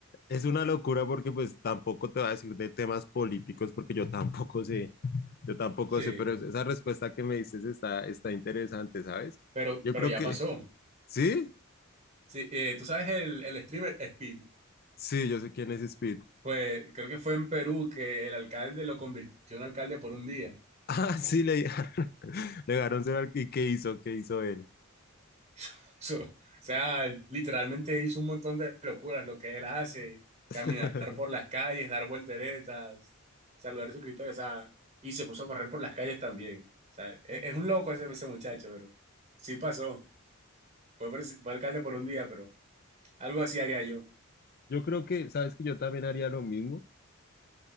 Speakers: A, on the left (about 45°); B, on the right (about 35°).
A: es una locura porque pues tampoco te va a decir de temas políticos porque yo tampoco sé, yo tampoco
B: Sí,
A: sé, pero esa respuesta que me dices está, está interesante, ¿sabes?
B: pero,
A: Yo
B: pero
A: creo
B: ya
A: que,
B: pasó.
A: ¿sí?
B: Sí, eh, tú sabes el, el streamer Speed,
A: Sí, yo sé quién es Speed. <laughs>
B: pues creo que fue en Perú que el alcalde lo convirtió en alcalde por un día.
A: Ah, sí, le dejaron, <laughs> le dejaron ser arqu- ¿Y qué hizo? ¿Qué hizo él?
B: <laughs> So- o sea, literalmente hizo un montón de locuras, lo que él hace, caminar
A: <laughs>
B: por las calles, dar volteretas, saludar a su Cristo, o sea, y se puso a correr por las calles también. O sea, e- es, un loco ese, ese muchacho, pero sí pasó. Fue, presi- fue alcalde por un día, pero algo así haría yo.
A: Yo creo que, ¿sabes que yo también haría lo mismo?